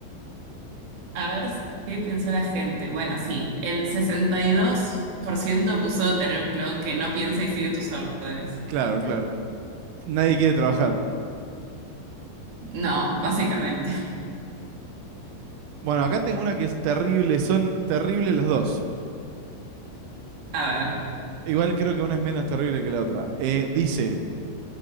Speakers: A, on the right; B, on the right.
A: A ver s- qué pensó la gente. Bueno, sí, el 62% puso tener un clon que no piensa y sigue tus órdenes.
B: Claro, claro. Nadie quiere trabajar.
A: No, básicamente.
B: Bueno, acá tengo una que es terrible, son terribles las dos.
A: <laughs> A ver,
B: Igual creo que una es menos terrible que la otra. Eh, dice,